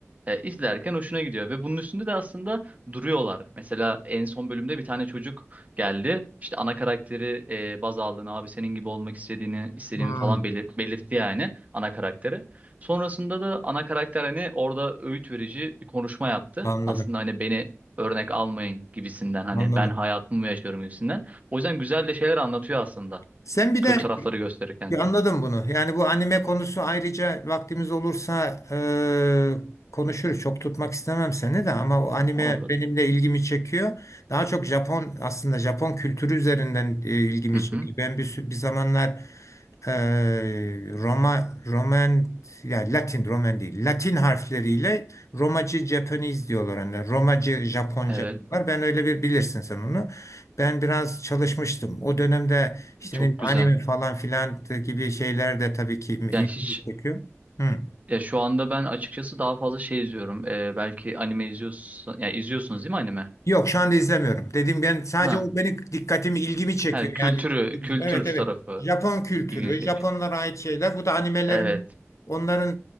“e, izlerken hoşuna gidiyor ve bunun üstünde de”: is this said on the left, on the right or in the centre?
Right